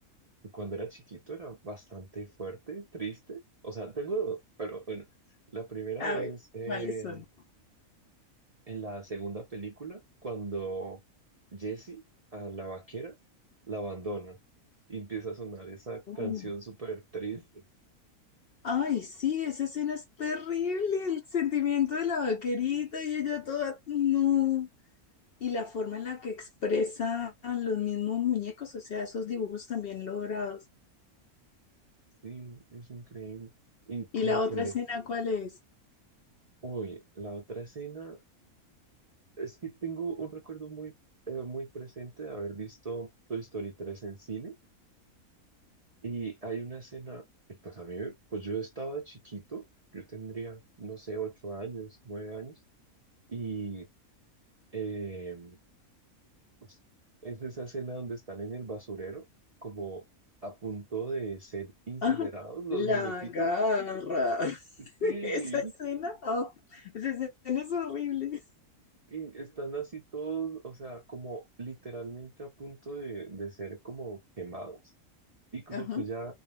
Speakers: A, on the right (about 50°); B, on the left (about 65°).
A: cuando era chiquito era bastante fuerte, triste, o sea, tengo dos, pero bueno, la primera
B: A
A: es
B: ver,
A: eh,
B: ¿cuáles son?
A: en la segunda película cuando Jessie a la vaquera la abandona y empieza a sonar esa
B: Uh.
A: canción súper triste.
B: Ay, sí, esa escena es terrible, el sentimiento de la vaquerita y ella toda, no. Y la forma en la que expresan los mismos muñecos, o sea, esos dibujos también logrados.
A: Sí, es increíble. Y como
B: ¿Y la otra
A: conecta.
B: escena cuál es?
A: Uy, la otra escena es que tengo un recuerdo muy, eh, muy presente de haber visto Toy Story tres en cine y hay una escena que pues a mí, pues yo estaba chiquito, yo tendría, no sé, ocho años, nueve años y... eh, Pues, Es esa escena donde están en el basurero, como a punto de ser incinerados
B: Ajá.
A: los
B: La
A: muñequitos.
B: garra. <laughs>
A: Sí.
B: Esa escena, Oh, esa escena es horrible.
A: Y están así todos, o sea, como literalmente a punto de, de ser como quemados. Y como
B: ajá.
A: que ya